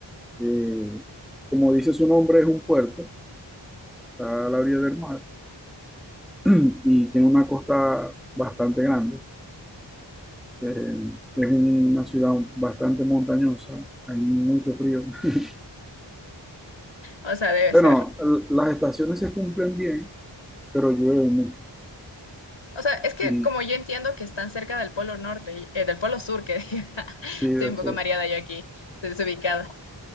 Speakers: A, in the centre; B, on the left.
A: Eh, como dice su nombre, es un puerto, está a la orilla del mar <clears throat> y tiene una costa bastante grande. Eh, es una ciudad bastante montañosa, hay mucho frío. <laughs>
B: O sea, debe
A: Bueno,
B: ser.
A: l- las estaciones se cumplen bien, pero llueve mucho.
B: O sea, es que
A: Y
B: como yo entiendo que están cerca del Polo Norte, eh, del Polo Sur, que diga, <laughs>
A: sí, eso,
B: estoy un poco mareada yo aquí, estoy desubicada.